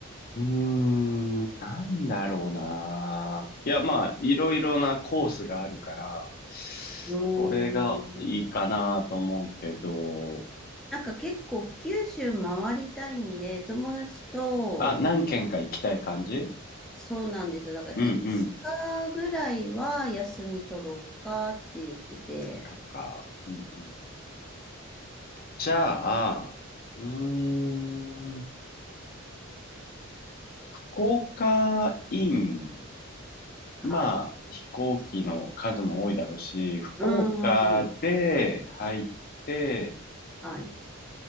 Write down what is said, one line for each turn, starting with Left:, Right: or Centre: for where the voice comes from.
Left: うーん。なんだろうな。いや、まあ、いろいろなコースがあるから、
Centre: うーん。
Left: それがいいかなと思うけど、
Centre: なんか結構九州回りたいんで、友達と、
Left: あ、何軒か行きたい感じ
Centre: そうなんですよ。だから5日ぐらいは休み取ろうかって言ってて。
Left: うんうん。かか。うんうん。じゃあ、うーん福岡イン、まあ、
Centre: はい。
Left: 飛行機の数も多いだろうし、福岡で入って、
Centre: うーん。はい。